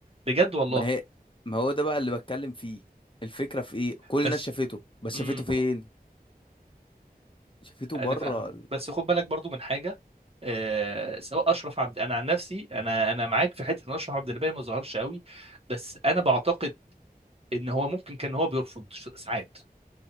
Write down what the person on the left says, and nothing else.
ما هي ما هو ده بقى اللي بتكلم فيه الفكرة في ايه كل
الناس شافته بس
شافته فين شافته
بره
ال-